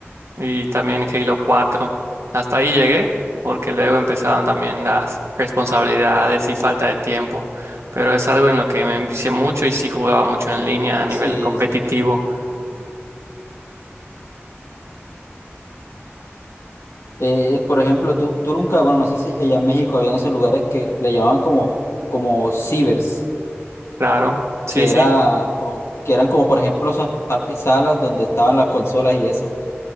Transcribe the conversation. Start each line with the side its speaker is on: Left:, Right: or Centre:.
Right: y también Halo cuatro Hasta ahí llegué, porque luego empezaron también las responsabilidades y falta de tiempo. Pero es algo en lo que me envicié mucho y sí jugaba mucho en línea a nivel
Left: Sí,
Right: competitivo.
Left: sí. Eh, eh, por ejemplo, tú, tú nunca, bueno, no sé si allá en México habían esos lugares que le llamaban como, como cibers,
Right: Claro, sí,
Left: que
Right: sí,
Left: era, o que eran como, por ejemplo, sa- salas donde estaban las consolas y eso.